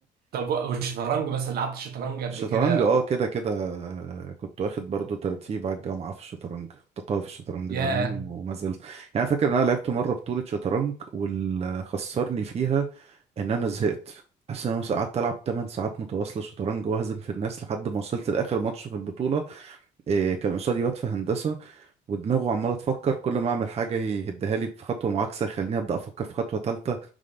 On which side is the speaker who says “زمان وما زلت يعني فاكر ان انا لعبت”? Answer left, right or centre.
Right